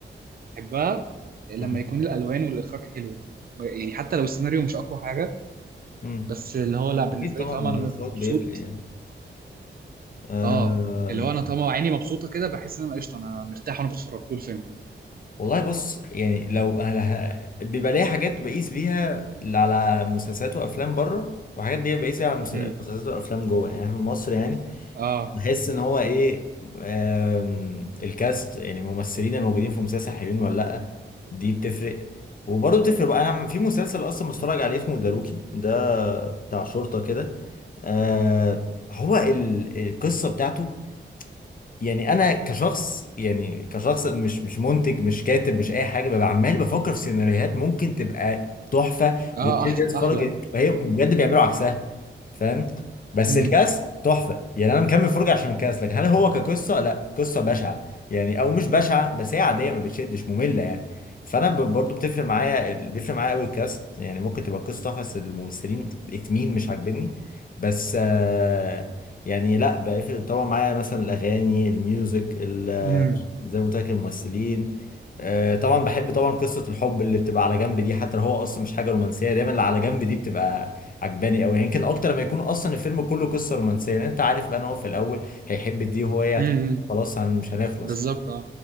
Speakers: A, on the right; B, on the left.
A: بحبها لما
B: مم.
A: يكون الالوان والاخراج حلو فاهم؟ يعني حتى لو السيناريو مش اقوى حاجه
B: مم.
A: بس اللي هو لا بالنسبه
B: اكيد طبعا
A: لي طالما
B: الاخراج
A: انا مبسوط
B: بيفرق يعني آه،
A: اه اللي هو انا طالما عيني مبسوطه كده بحس ان انا قشطه انا مرتاح وانا بتفرج طول الفيلم
B: والله بص يعني لو أنا ه- بيبقى ليا حاجات بقيس بيها على مسلسلات وافلام بره وحاجات دي بقيس بيها على مس-
A: امم
B: مسلسلات وافلام جوه يعني احنا في مصر يعني
A: اه
B: بحس ان هو ايه آم، الكاست يعني الممثلين الموجودين في المسلسل حلوين ولا لا دي بتفرق وبرضه بتفرق بقى انا في مسلسل اصلا بتفرج عليه اسمه داروكي ده بتاع شرطة كده آه، هو ال- القصة بتاعته يعني انا كشخص يعني كشخص مش مش منتج مش كاتب مش اي حاجه ببقى عمال بفكر في سيناريوهات ممكن تبقى تحفه
A: اه
B: وتشد
A: أح
B: الناس تتفرج
A: احلى
B: وهي بجد بيعملوا عكسها فاهم بس
A: امم
B: الكاس تحفه يعني انا مكمل فرجه عشان الكاس لكن هل هو كقصه لا قصه بشعه يعني او مش بشعه بس هي عاديه ما بتشدش ممله يعني فانا ب- برضو بتفرق معايا ال- بيفرق معايا قوي الكاست يعني ممكن تبقى قصه تحفه بس الممثلين اتنين مش عاجبني بس آه، يعني لا بقى طبعا معايا مثلا الاغاني الميوزك ال-
A: امم
B: زي ما قلت لك الممثلين آه، طبعا بحب طبعا قصه الحب اللي بتبقى على جنب دي حتى لو هو اصلا مش حاجه رومانسيه دايما اللي على جنب دي بتبقى عجباني قوي يمكن اكتر ما يكون اصلا الفيلم كله قصه رومانسيه لان انت عارف بقى ان هو في الاول هيحب دي وهو هي هتحبه
A: امم
B: خلاص هن- مش هنخلص
A: بالظبط
B: يعني
A: اه